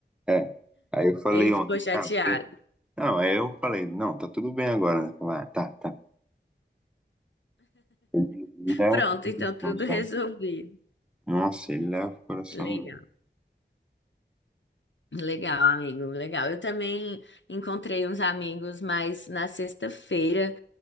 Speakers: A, in the centre; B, on the left.
A: É. Aí eu falei
B: Ele
A: ontem,
B: ficou chateado.
A: cara, você... não, aí eu falei, não, tá tudo bem agora, né? Falei, ah, tá, tá. Ele leva
B: Pronto,
A: pro
B: então
A: coração,
B: tudo resolvido.
A: sabe? Nossa, ele leva pro coração
B: Legal.
A: mesmo.
B: Legal, amigo. Legal. Eu também encontrei uns amigos, mas na sexta-feira,